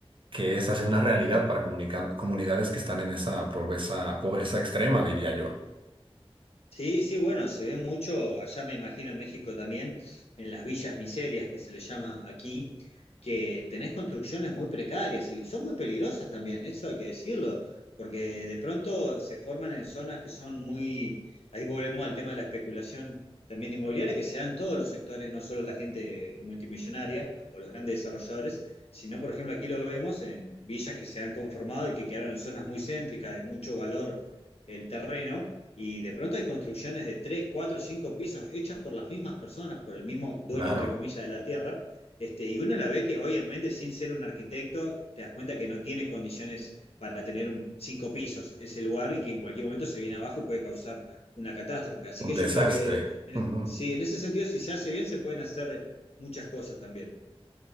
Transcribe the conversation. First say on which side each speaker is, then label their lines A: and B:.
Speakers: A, on the right; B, on the left.
A: que es hacer una realidad para comunica- comunidades que están en esa pobreza, pobreza extrema, diría yo.
B: Sí, sí, bueno, se ve mucho, allá me imagino en México también, en las villas miserias que se le llama aquí, que tenés construcciones muy precarias y son muy peligrosas también, eso hay que decirlo, porque de pronto se forman en zonas que son muy, ahí volvemos al tema de la especulación también inmobiliaria, que se da en todos los sectores, no solo la gente multimillonaria o los grandes desarrolladores, sino por ejemplo aquí lo vemos en villas que se han conformado y que quedaron en zonas muy céntricas de mucho valor el terreno y de pronto hay construcciones de 3, 4, 5 pisos hechas por las mismas personas, por el mismo dueño,
A: Claro,
B: entre comillas, de la tierra. Este, y uno la ve que obviamente sin ser un arquitecto te das cuenta que no tiene condiciones para tener un, cinco pisos ese lugar y que en cualquier momento se viene abajo y puede causar una catástrofe. Así
A: un
B: que yo
A: desastre.
B: creo que en,
A: Ujú.
B: sí, en ese sentido, si se hace bien, se pueden hacer muchas cosas también.